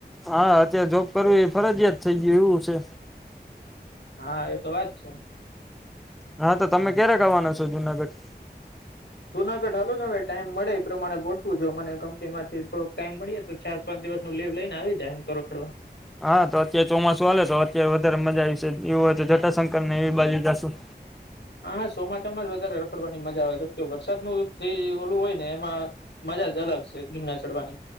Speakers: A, in the centre; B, on the left.
A: હા, અત્યારે જોબ કરવી એ ફરજિયાત થઈ ગય એવું છે.
B: હા, એ તો વાત છે.
A: હા, તો તમે ક્યારે ગવાના છો? જુનાગઢ?
B: જૂનાગઢાલો ને હવે ટાઈમ મળે એ પ્રમાણે ગોઠવું જો મને કંપની માંથી થોક ટાઈમ મળી તો ચાર પાંચ દિવસ નું લીવ લઈને આવી જાયને <unintelligible>
A: હા, તો અત્યારે ચોમાસું આવેલે તો અત્યારે વધારે મજા આવીશે એવું હોય તો જટાશંકર ને એવી બાજુ જશું.
B: હા! હા! ચોમા ચોમા જ વધારે રડખડવાની મજા આવે કેમ કે વરસાદનું <unintelligible> ઓલું હોય ને <unintelligible> માં મજા જ અલગ છે ગિના ચડવાની.